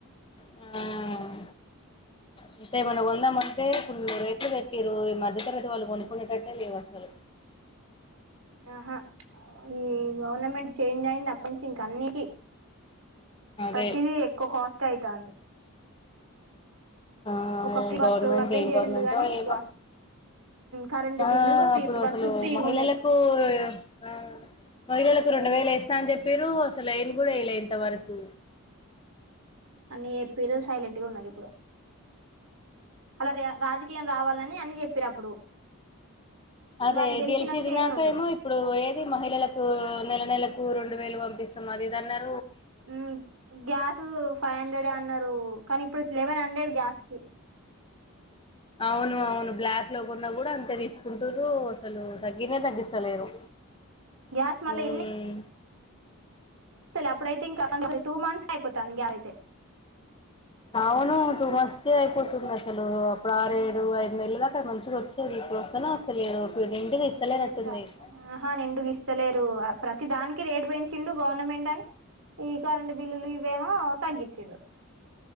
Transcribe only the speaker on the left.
మ్మ్ అంతే ఏమన్నా కొందామంటే ఫుల్ రేట్లు పెర్ మీరు ఈ మద్ద తరగతి వాళ్ళు కొనుక్కునేటట్టే లేవు అసలు
అదే
ఆ
గవర్నమెంట్
ఏం
గవర్నమెంటో
ఏమో
ఆ
అప్పుడు
అసలు
మహిళలకు
ఆ పదివేలకు రెండ్ వేలెసిన్ సంజ పెరు అసలు ఏం కూడా ఇలే ఇంత వరకు
అదే
గెలిచది
నాకేమో
ఇప్పుడు ఏది మహిళలకు నెల నెలకు రెం వేలు పంపిస్తం అదిది అన్నరు
అవును అవును బ్లాక్ లో కొన్నా కూడా అంతే తీసుకుంటురు అసలు తగ్గినే తగ్గిస్తలేరు
మ్మ్
అవును టూ మంత్స్ కే అయిపోతుంది అసలు అప్పుడు ఆరుేడు ఐదు నెలల దాకా మంచిగా వచ్చేది ఇప్పుడు వస్తేనే వస్తలేరు నిండుగా
ఇస్తలేనట్టుంది